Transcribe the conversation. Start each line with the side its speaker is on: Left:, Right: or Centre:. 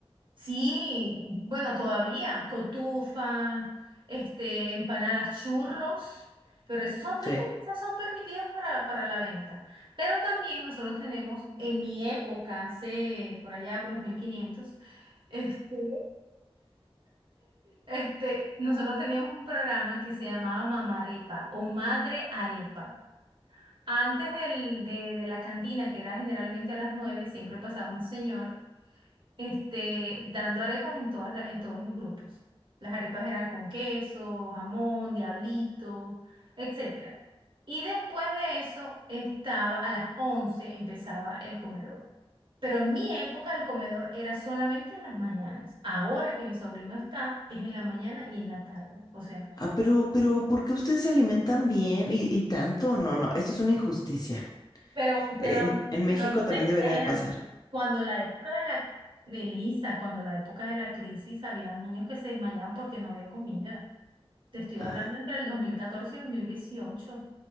Right: Sí, bueno, todavía, cotufa, este, empanadas churros, pero esos son fritos
Left: Sí.
Right: y esas son permitidas para, para la venta. Pero también nosotros tenemos, en mi época, hace por allá por los 1500, este, este, nosotros teníamos un programa que se llamaba Mamá Arepa o Madre Arepa. Antes del- de, de la cantina, que era generalmente a las 9 siempre pasaba un señor este, dando arepas en todas la- en todos los grupos. Las arepas eran con queso, jamón, diablito, etcétera. Y después de eso estaba a las 11 empezaba el comedor. Pero en mi época el comedor era solamente en las mañanas. Ahora que mi sobrino está, es en la mañana y en la tarde. O sea,
Left: Ah, pero, pero, ¿por qué ustedes se alimentan bien y, y tanto? No, no, esto es una injusticia.
Right: pero,
Left: En,
Right: pero,
Left: en México
Right: pero no
Left: también
Right: te
Left: debería
Right: creas.
Left: de pasar.
Right: Cuando la época de la, de Lisa, cuando la época de la crisis, había niños que se desmayaban porque no había comida. Te estoy hablando
Left: Ay,
Right: entre el 2014 y 2018.